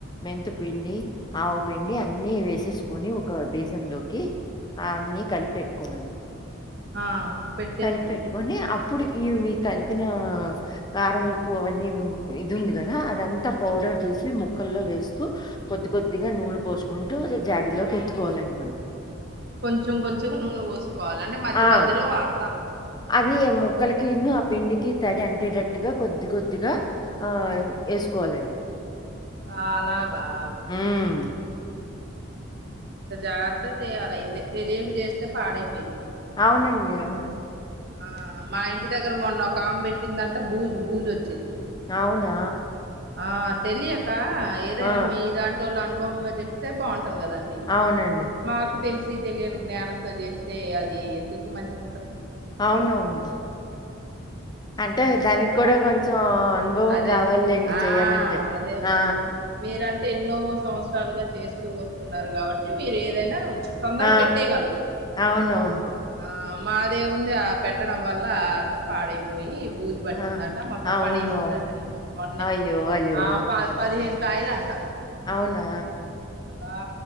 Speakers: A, on the left; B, on the right.
A: మెంతపిండి, ఆవుపిండి అన్ని వేసేసుకొని ఒక బీసన్ లోకి అన్నీ కలిపెట్టుకోవాలి.
B: ఆ పెట్టేసి
A: కలిపి పెట్టుకొని అ ప్పుడు ఈ మీకు కలిపిన కారం ఉప్పు అవన్నీ ఇది ఉంది కదా అదంతా పౌడర్ తీసి ముక్కల్లో వేస్తూ కొద్ది కొద్దిగా నూనె పోసుకుంటూ జాడీలోకి ఎత్తుకోవాలండి మనం
B: కొంచెం కొంచెం నూనె పోసుకోవాలి అంటే మధ్య
A: ఆ
B: మధ్యలో వాడ
A: అది ఏ ముక్క లకిను ఆ పిండికి తడి అంటేటట్టుగా కొద్ది కొద్దిగా ఆ వేసుకోవాలండి.
B: ఆ అలాగా
A: హ్మ్.
B: ఇంత జాగ్రత్త చేయాలి అయితే తెలియక చేస్తే పాడై
A: అవునండి అవును
B: ఆ మా ఇంటి దగ్గర మొన్న ఒకామె పెట్టిందంట బూజు బూజు ఒచ్చింది.
A: అవునా
B: ఆ తెలియకా ఏదైనా
A: ఆ!
B: మీలాంటోళ్ళు అనుభవంగా చెప్తే బాంట్ దు కదండి
A: అవునండి.
B: మాకు తెల్స్ శీ తెలియని జ్ఞానంతో చేస్తే అదీ ఎందుకు మంచిగుంటది
A: అవునవును అంటే దానికి కూడా కొంచెం అనుభవం
B: అదె
A: గావాలిలెండి
B: ఆ
A: చేయాలంటే.
B: అదే మరి
A: ఆ!
B: మీరంట్ ఎన్నో సంవత్సరాలుగా చేస్తూ వస్తున్నారు కాబట్టి మీరేదైనా తొందర్
A: ఆ!
B: పెట్టెయ్ గలరు
A: అవునవును.
B: ఆ మాదేముంది ఆ పెట్టడం వల్లా అంత పాడైపోయీ బూజు పట్టిందట
A: ఆ!
B: మొత్తం
A: అవును.
B: పడేసి ఉందట
A: అవును.
B: ఇ మొన్నే
A: అయ్యో! అయ్యో!
B: ఆ ప పదిహేను కాయలంట
A: అవునా
B: ఆ